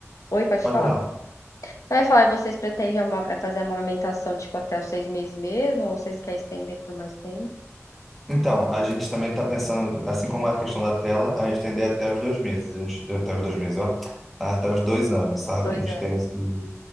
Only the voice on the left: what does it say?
Oi, pode
falar.
Eu ia falar, e vocês pretendem ama- é fazer a amamentação, tipo, até os seis meses mesmo? Ou vocês querem estender por mais tempo?
Dois
anos.